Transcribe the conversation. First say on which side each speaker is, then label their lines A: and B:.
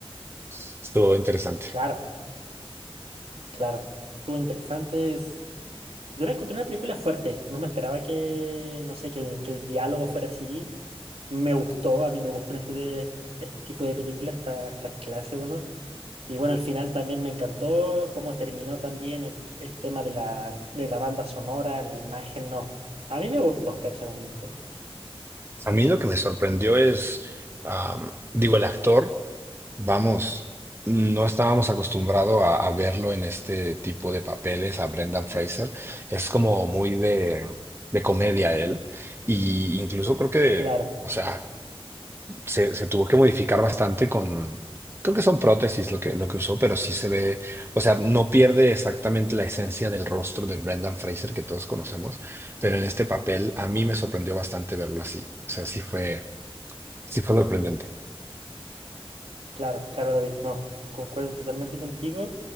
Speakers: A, on the right; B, on the right.
A: estuvo interesante.
B: Claro, claro. Estuvo interesante. es- Yo la encontré una película fuerte. No me esperaba que, no sé, que el, que el diálogo fuera así. Me gustó, a mí me gustan este, este tipo de películas, esta, esta clase, bueno. Y bueno, al final también me encantó cómo terminó también el, el tema de la, de la banda sonora, la imagen, no. A mí me gustó personalmente.
A: A mí lo que me sorprendió es, am, digo, el actor, vamos, no estábamos acostumbrados a, a verlo en este tipo de papeles, a Brendan Fraser, es como muy de, de comedia él, y incluso creo que...
B: Claro,
A: O sea, se, se tuvo que modificar bastante con, creo que son prótesis lo que, lo que usó, pero sí se ve, o sea, no pierde exactamente la esencia del rostro de Brendan Fraser que todos conocemos, pero en este papel a mí me sorprendió bastante verlo así. O sea, sí fue, sí fue sorprendente.
B: claro, claro, David, no. Concuerdo totalmente contigo.